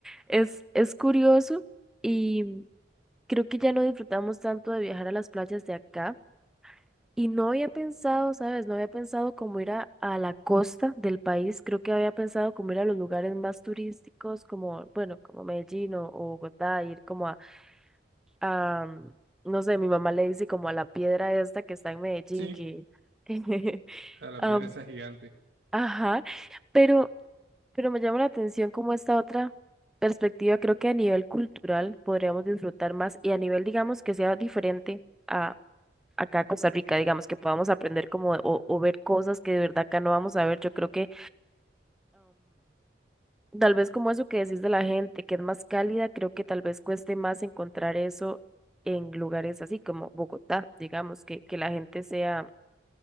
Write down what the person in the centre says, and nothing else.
es, es curioso y creo que ya no disfrutamos tanto de viajar a las playas de acá. Y no había pensado, ¿sabes? No había pensado como ir a, a la costa del país. Creo que había pensado como ir a los lugares más turísticos, como, bueno, como Medellín o, o Bogotá, ir como a am, no sé, mi mamá le dice como a la piedra esta que está en Medellín
que... <laughs>
am,
ajá, pero, pero me llama la atención como esta otra perspectiva, creo que a nivel cultural podríamos disfrutar más y a nivel, digamos, que sea diferente a acá a Costa Rica, digamos, que podamos aprender como o, o ver cosas que de verdad acá no vamos a ver. Yo creo que... Tal vez como eso que decís de la gente, que es más cálida, creo que tal vez cueste más encontrar eso en lugares así como Bogotá, digamos, que, que la gente sea